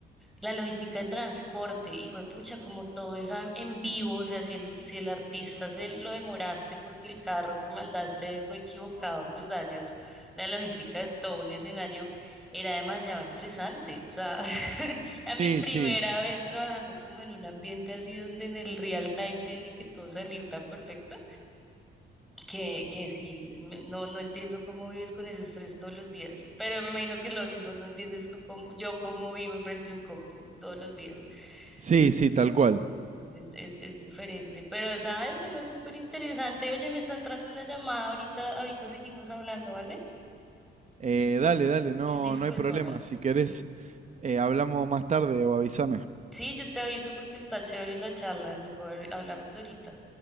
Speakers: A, in the centre; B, on the right (about 35°).
A: la logística del transporte, hijo de pucha, como todo es a- en vivo, o sea, si el, si el artista se lo demoraste porque el carro que mandaste fue equivocado, pues dañas la logística de todo un escenario, era demasiado estresante, o sea, <laughs> a
B: Sí,
A: mi primera
B: sí,
A: vez trabajando como en un ambiente así donde en el real time tiene que todo salir tan perfecto, que, que sí, no, no entiendo cómo vives con ese estrés todos los días, pero me imagino que es lo mismo, no entiendes tú cómo, yo cómo vivo enfrente de un compu todos los días.
B: sí,
A: Es,
B: sí, tal cual.
A: es, es, es diferente, pero sabes, suena súper interesante. Oye, me está entrando una llamada, ahorita, ahorita seguimos hablando, ¿vale?
B: Eh, dale, dale, no,
A: Discúlpame.
B: no hay problema, si querés,
A: Mm,
B: eh, hablamos más tarde o avísame.
A: Sí, yo te aviso porque está chévere la charla, Nico. a ver, Hablamos ahorita.